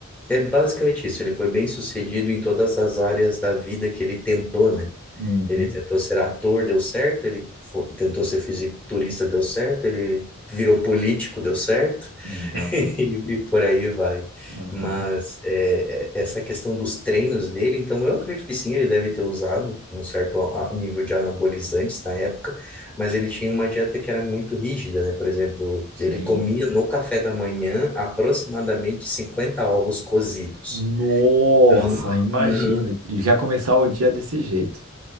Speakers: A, in the centre; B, on the right.
A: É basicamente isso, ele foi bem sucedido em todas as áreas da vida que ele tentou, né?
B: Uhum.
A: Ele tentou ser ator, deu certo, ele fo- tentou ser fisiculturista, deu certo, ele virou político, deu certo.
B: Então,
A: <laughs> E, e por aí vai.
B: aham,
A: Mas é, é, essa questão dos treinos dele, então eu acredito que sim, ele deve ter usado um certo a- a- nível de anabolizantes na época, mas ele tinha uma dieta que era muito rígida, né? Por exemplo,
B: sim.
A: ele comia no café da manhã aproximadamente 50 ovos cozidos.
B: Nossa,
A: Então,
B: imagina.
A: Uhum.
B: E Já começar o dia desse jeito.